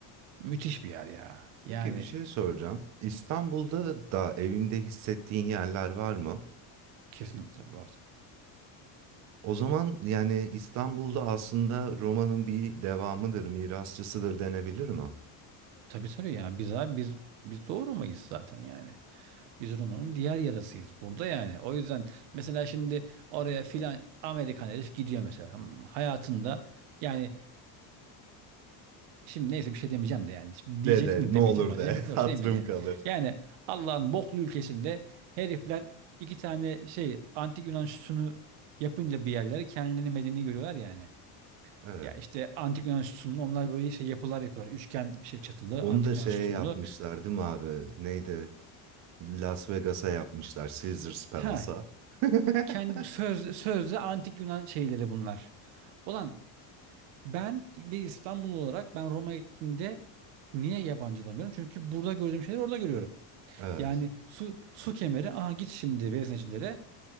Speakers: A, on the right; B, on the right.
A: Müthiş bir yer ya. Yani
B: Peki bir şey soracağım. İstanbul'da da evinde hissettiğin yerler var mı?
A: kesinlikle var tabii.
B: O zaman yani İstanbul'da aslında romanın bir devamıdır, mirasçısıdır denebilir mi?
A: Tabii tabii ya. Biz abi biz biz Doğu Roma'yız zaten yani. Biz Roma'nın diğer yarasıyız burada yani. O yüzden mesela şimdi oraya filan Amerikan herif gidiyor mesela. tamam mı? Hayatında yani şimdi neyse bir şey demeyeceğim de yani. Şimdi Diyecek
B: De de
A: mi
B: ne
A: demeyeceğim
B: olur
A: hadi.
B: de <laughs>
A: Yok
B: hatırım
A: demeyeceğim.
B: kalır.
A: Yani Allah'ın boklu ülkesinde herifler iki tane şey antik Yunan sütunu yapınca bir yerlere kendilerini medeni görüyorlar yani.
B: Evet.
A: Ya işte antik Yunan sütunlu onlar böyle şey yapılar yapıyorlar. Üçgen şey çatılı
B: Onu
A: antik
B: da şeye
A: Yunan sütunlu.
B: yapmışlar değil mi abi? Neydi? Las Vegas'a yapmışlar. Caesars Palace'a.
A: Ha
B: <laughs>
A: kendi söz, sözde antik Yunan şeyleri bunlar. Ulan ben bir İstanbul olarak ben Roma'ya gittiğimde niye yabancılamıyorum? Çünkü burada gördüğüm şeyleri orada görüyorum.
B: Evet.
A: Yani su su kemeri aha git şimdi veznecilere.